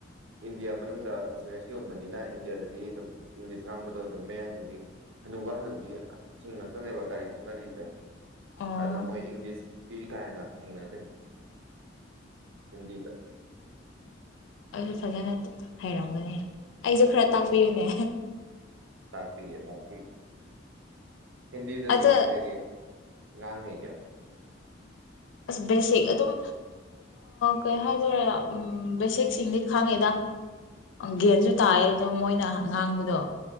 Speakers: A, on the right; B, on the left.
A: ꯏꯟꯗꯤꯌꯥ ꯃꯅꯨꯡꯗ ꯏꯟꯁꯨꯔꯦꯟꯁ ꯌꯣꯟꯕꯅꯤꯅ ꯏꯟꯗꯤꯌꯥꯗꯗꯤ ꯑꯗꯨꯝ ꯏꯪꯂꯤꯁ ꯉꯥꯡꯕꯗꯣ ꯑꯗꯨꯝ ꯃꯌꯥꯡꯁꯤꯡꯗꯤ ꯍꯅꯨꯕ ꯍꯅꯨꯕꯤꯁꯤꯡꯤꯡ ꯉꯥꯛꯇꯅꯦꯕ ꯒꯥꯔꯤ ꯊꯧꯅꯔꯤꯁꯦ
B: ꯑꯣ
A: ꯑꯗꯨꯅ ꯃꯣꯏ ꯏꯪꯂꯤꯁꯇꯤ ꯀꯥꯏ ꯍꯦꯅ ꯊꯦꯡꯅꯗ ꯍꯤꯟꯗꯤꯗ
B: ꯑꯗꯨ ꯐꯖꯅ ꯍꯩꯔꯝꯒꯅꯤ ꯑꯩꯁꯨ ꯈꯔ ꯇꯥꯛꯄꯤꯌꯨꯅꯦ
A: ꯇꯥꯛꯄꯤꯌꯦ ꯇꯥꯛꯄꯤ ꯍꯤꯟꯗꯤꯗ ꯑꯗꯨꯝ
B: ꯑꯗ
A: ꯀꯩꯀꯩ ꯉꯥꯡ ꯍꯩ ꯀ
B: ꯑ ꯕꯦꯁꯤꯛ ꯑꯗꯨꯝ ꯀꯩ ꯍꯥꯏ ꯎꯝ ꯦꯁ ꯁꯤ ꯈꯪꯉꯦꯗ ꯒꯦꯟꯁꯨ ꯇꯥꯏꯌꯦ ꯑꯗꯣ ꯃꯣꯏꯅ ꯉꯥꯡꯕꯗꯣ